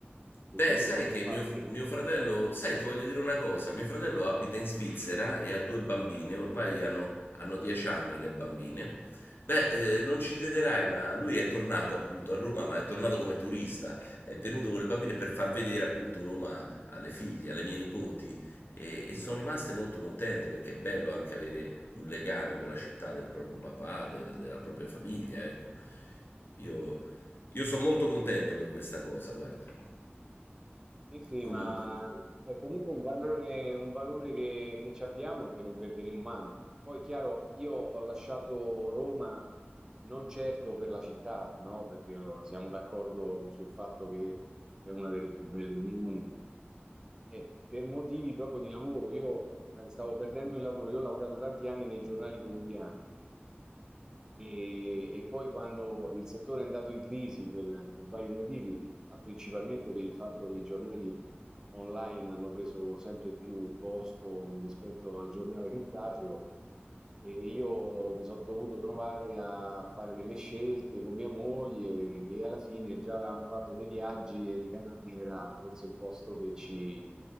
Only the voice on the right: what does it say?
Perché
comunque
l'ho
fatto.
Sì.
Sì, sì,
ma è comunque un valore, un valore che, che ci abbiamo e che non perderemo mai. Poi, chiaro, io ho lasciato Roma non certo per la città, no? Perché lo- siamo d'accordo sul fatto che è una delle più belle del mondo. E per motivi proprio di lavoro, io eh, stavo perdendo il lavoro, io ho lavorato tanti anni nei giornali quotidiani e, e poi quando il settore è andato in crisi per, per vari motivi, ma principalmente per il fatto che i giornali online hanno preso sempre più posto rispetto al giornale cartaceo, e io mi sono dovuto trovare a fare delle scelte con mia moglie e alla fine già avevamo fatto dei viaggi e le Canarie era forse il posto che ci,